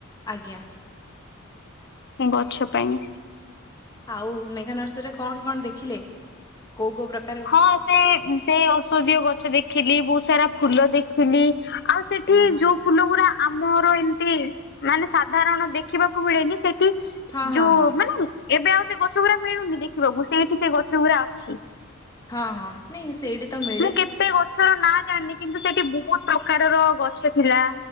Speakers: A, on the left; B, on the left.
A: ଆଜ୍ଞା।
B: ଗଛ ପାଇଁ।
A: ଆଉ ମେଘା ନର୍ସରୀରେ କଣ କଣ ଦେଖିଲେ କୋଉ କୋଉ ପ୍ରକ
B: ହଁ ସେ ସେ ଔଷଧୀୟ ଗଛ ଦେଖିଲି ବହୁତ ସାରା ଫୁଲ ଦେଖିଲି ଆଉ ସେଠି
A: ହଁ ହଁ
B: ଯୋଉ ଫୁଲ ଗୁଡା ଆମର ଏମିତି ମାନେ ସାଧାରଣ ଦେଖିବାକୁ ମିଳେନି ସେଠ ଠି
A: ହଁ ହଁ
B: ଯୋଉ
A: ହଁ
B: ମାନେ ଏବେ ଆଉ ସେ ଗଛ ଗୁଡା ମିଳୁନି ଦେଖିବାକୁ ସେଇଠି ସେ ଗଛ ଗୁଡା ଅଛି।
A: ହଁ। ନାଇଁ ସେଇଠି ତ ମି
B: ମୁଁ କେତେ ଗଛର ନା ଜାଣିନି। କିନ୍ତୁ ସେଠି ବହୁତ ପ୍ରକାରର ଗଛ ଥିଲା